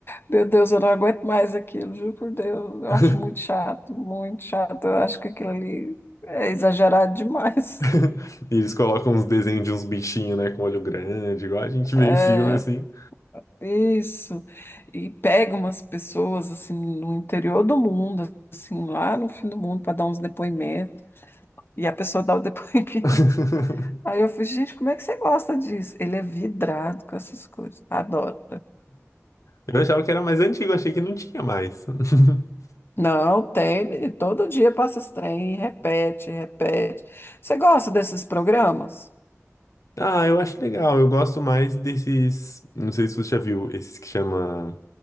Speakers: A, on the left; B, on the left.
A: Meu Deus, eu não aguento mais aquilo, juro por Deus. Eu
B: <laughs>
A: acho muito chato, muito chato. Eu acho que aquilo ali é exagerado demais.
B: <laughs>
A: <laughs>
B: E eles colocam uns desenhos de uns bichinhos, né, com olho grande, igual a gente vê
A: É,
B: em filme, assim.
A: isso. E pega umas pessoas assim no interior do mundo, assim, lá no fim do mundo, para dar uns depoimentos. E a pessoa dá o <laughs> depoimento.
B: <laughs>
A: Aí eu falei, gente, como é que você gosta disso? Ele é vidrado com essas coisas, adora.
B: Eu achava que era mais antigo, achei que não tinha mais. <laughs>
A: Não, tem, menino, todo dia passa esse trem, repete, repete. Você gosta desses programas?
B: Ah, eu acho legal, eu gosto mais desses, não sei se você já viu, esses que chama